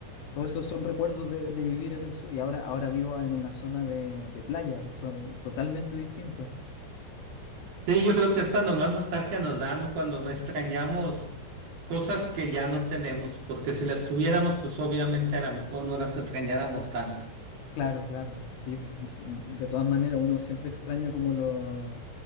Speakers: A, on the left (about 70°); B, on the right (about 50°).
A: todos esos son recuerdos de, de vivir en el sur y ahora, ahora vivo en una zona de, de playa, son totalmente distintos.
B: Sí, yo creo que es cuando más nostalgia nos dan, ¿no? cuando extrañamos cosas que ya no tenemos, porque si las tuviéramos, pues obviamente a lo mejor no las extrañáramos tanto.
A: Claro, claro, sí. pues, m- m- De todas maneras, uno siempre extraña como lo...